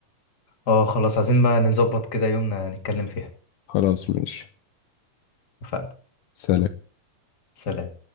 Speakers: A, on the left; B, on the left.
A: اه خلاص عايزين بقى نظبط كده يومنا نتكلم فيها
B: خلاص ماشي
A: اتفقنا
B: سلام
A: سلام